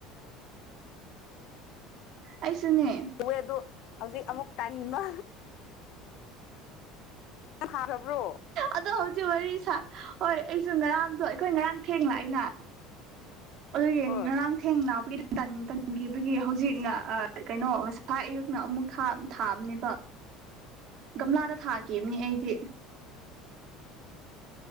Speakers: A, on the right; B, on the left.
A: ꯑꯩꯁꯨꯅꯦ꯫
B: ꯎꯋꯦ ꯑꯗꯨ ꯍꯧꯖꯤꯛ ꯑꯃꯨꯛ ꯇꯟꯕ꯫ ꯍꯥꯔꯕ꯭ꯔꯣ
A: ꯑꯗꯣ ꯍꯧꯖꯤꯛ ꯋꯥꯔꯤ ꯁꯥ ꯍꯣꯏ ꯑꯩꯁꯨ ꯉꯔꯥꯡꯗꯣ ꯑꯩꯈꯣꯏ ꯉꯔꯥꯡ ꯊꯦꯡꯂ ꯏꯅ ꯑꯗꯨꯒꯤ
B: ꯍꯣꯏ
A: ꯉꯔꯥꯡ ꯊꯦꯡ ꯂꯛꯄꯒꯤ ꯇꯥꯟ ꯇꯟꯈꯤꯕꯒꯤ ꯍꯧꯖꯤꯛꯅ ꯀꯩꯅꯣ ꯉꯁꯥꯏ ꯑꯌꯨꯛꯅ ꯑꯃꯨꯛ ꯊꯥꯕꯅꯦꯕ ꯒꯝꯂꯥꯗ ꯊꯥꯈꯤꯕꯅꯤ ꯑꯩꯗꯤ ꯫